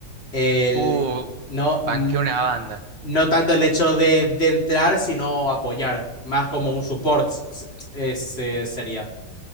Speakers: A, on the left (about 30°); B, on the right (about 70°).
A: el,
B: Uh,
A: no,
B: banqué
A: n-
B: una banda.
A: no tanto el hecho de, de entrar, sino apoyar, más como un support s- s- ese sería.